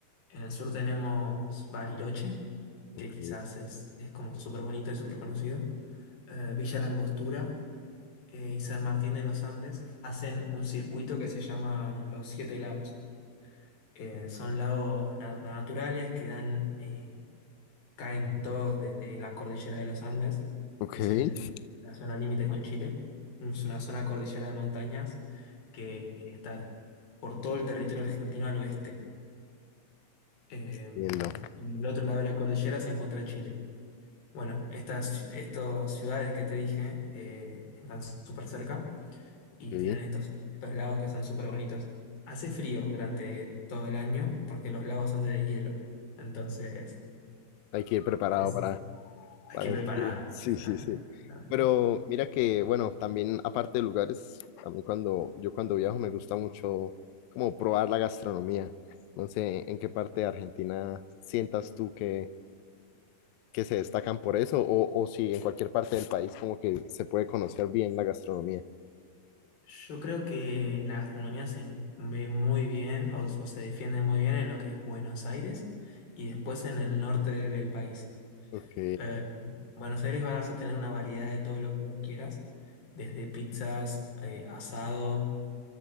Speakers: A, on the left (about 60°); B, on the left (about 80°).
A: En el sur tenemos Bariloche,
B: Ok,
A: que quizás es, es como súper bonito y súper conocido. Eh, Villa La Angostura, eh, y San Martín de los Andes hacen un circuito que se llaman los Siete Lagos. Eh, son lagos na- naturales que dan, eh, caen todos desde la cordillera de los Andes,
B: ok,
A: que es el- la zona límite con Chile. Es una zona cordillera de montañas que está por todo el territorio argentino al oeste. Eh,
B: entiendo,
A: y del otro lado de la cordillera se encuentra Chile. Bueno, estas, ci- estas ciudades que te dije eh, están súper cerca.
B: ok.
A: y tienen estos, estos lagos que son súper bonitos. Hace frío durante todo el año porque los lagos son de deshielo. Entonces,
B: Hay que ir preparado
A: es,
B: para,
A: hay
B: para...
A: que ir preparado,
B: Sí, <laughs> sí,
A: exactamente,
B: sí. sí.
A: exactamente.
B: Pero mira que, bueno, también aparte de lugares, a mí cuando, yo cuando viajo me gusta mucho como probar la gastronomía. No sé en qué parte de Argentina sientas tú que que se destacan por eso, o, o si en cualquier parte del país como que se puede conocer bien la gastronomía.
A: Yo creo que la gastronomía se ve muy bien o, o se defiende muy bien en lo que es Buenos Aires y después en el norte del país.
B: Ok,
A: Eh, Buenos Aires vas a tener una variedad de todo lo que vos quieras, desde pizzas, eh, asado.